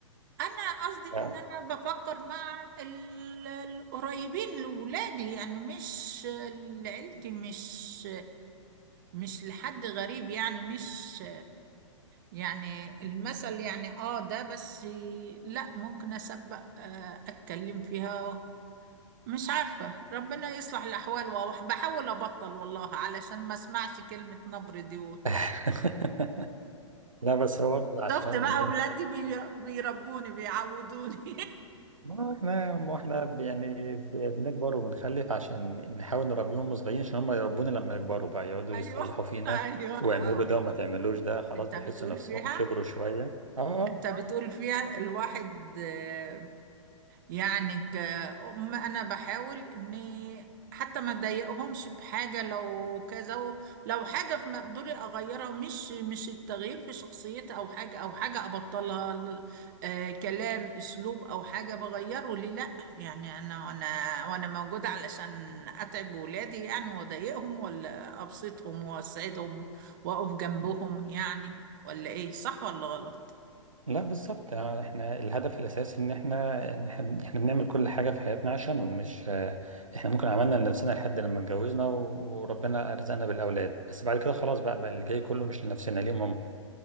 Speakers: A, on the right; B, on the right.
A: انا قصدي
B: ف-
A: ان انا بفكر مع ال- القريبين لولادي يعني مش لعيلتي مش مش لحد غريب يعني مش يعني المثل يعني اه ده بس لا ممكن اسبق آه، اتكلم فيها مش عارفة ربنا يصلح الأحوال وبحاول أبطل والله علشان ما اسمعش كلمة نبر دي وبتاع
B: <laughs> لا بس هو برضه عشان
A: شفت بقى
B: انت
A: أولادي بي- بيربوني بيعودوني
B: ما احنا ما احنا يعني ب- بنكبر وبنخلف عشان نحاول نربيهم هم صغيرين عشان هم يربونا لما يكبروا بقى يقعدوا
A: <laughs> أيوه
B: يصلحوا فينا
A: أيوه
B: واعملوا
A: آه والله
B: ده وما تعملوش ده خلاص
A: أنت
B: بيحسوا
A: بتقول
B: نفسهم
A: فيها
B: كبروا شوية اه اه
A: أنت بتقول فيها الواحد آه، يعني ك- أم- انا بحاول اني حتى ما اضايقهمش بحاجه لو كذا و- لو حاجه في مقدوري اغيرها مش مش التغيير في شخصيتي او حاجه او حاجه ابطلها ل- آه كلام اسلوب او حاجه بغيره ليه لا يعني انا وانا وانا موجوده علشان اتعب ولادي يعني واضايقهم ولا ابسطهم واسعدهم واقف جنبهم يعني ولا ايه صح ولا غلط
B: لا بالظبط يعني احنا الهدف الاساسي ان احنا ان احنا احنا بنعمل كل حاجه في حياتنا عشانهم مش آه، احنا ممكن عملنا لنفسنا لحد لما اتجوزنا و- وربنا ارزقنا بالاولاد بس بعد كده خلاص بقى بقى اللي جاي كله مش لنفسنا ليهم هم